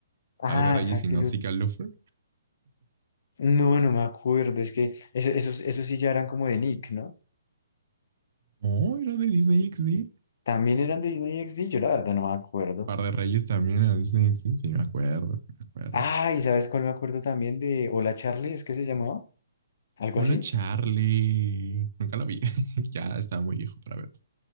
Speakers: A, on the left; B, on the right.
A: Ah,
B: Par de Reyes
A: Zack
B: y no
A: y
B: Zeke Alnofer.
A: No, no me acuerdo. Es que eso- esos, esos sí ya eran como de Nick, ¿no?
B: No, era de Disney XD.
A: También eran de Disney XD, yo la verdad no me acuerdo.
B: Par de Reyes también era de Disney XD. Sí, me acuerdo, sí, me acuerdo.
A: Ah, ¿y sabes cuál me acuerdo también de Hola Charlie? ¿Es que se llamaba? ¿Algo
B: Hola,
A: así?
B: Charlie. Nunca lo vi. <laughs> ya estaba muy viejo para verlo.